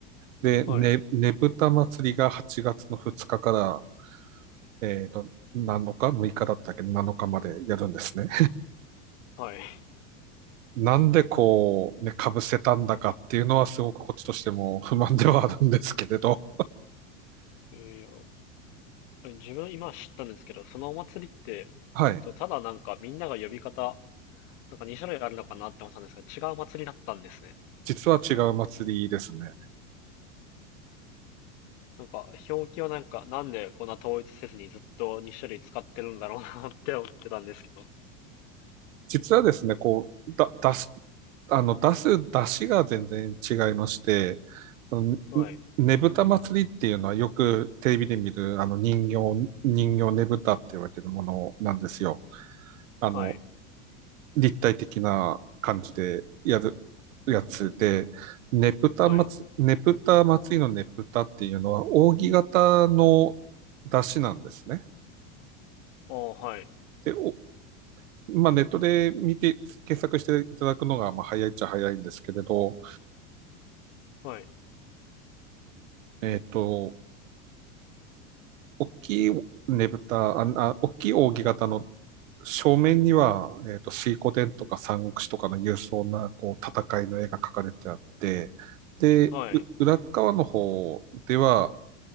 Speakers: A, on the right; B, on the left.
A: で、
B: はい、
A: ね、ねぶた祭りが8月の2日かから、えっ、と、7日 ?6 日だったっけ ?7 日までやるんですね。
B: はい。
A: なんでこう、ね、被せたんだかっていうのはすごくこっちとしても <laughs> 不満ではあるんですけれど、
B: ええ、いや、あれ自分今知ったんですけど、そのお祭りって、
A: はい。
B: とただなんかみんなが呼び方、なんか2種類あるのかなって思ったんですけど、違う祭りだったんですね。
A: 実は違う祭りですね。
B: なんか表記はなんかなんでこんな統一せずにずっとに種類使ってるんだろうなって <laughs> 思ってたんですけど。
A: 実はですね、こう、だ、出す、あの、出す出汁が全然違いまして、あのねねぶた祭りっていうのはよくテレビで見るあの人形、
B: はい、
A: 人形ねぶたって言われてるものなんですよ。あの、
B: はい、
A: 立体的な感じでやるやつで、
B: うん、
A: ネプタ祭、
B: はい。
A: ネプタ祭りのネプタっていうのは、扇形の出汁なんですね。
B: おーはい、
A: で、おまあ、ネットで見て、検索していただくのが、まあ、早いっちゃ早いんですけれど、
B: はい、
A: えっと、大きいねぶた、あ、あ大きい扇形の正面には、えっと、水滸伝とか三国志とかの勇壮な、
B: うん、
A: こう、戦いの絵が描かれてあって、で、
B: はい。
A: う裏側の方では、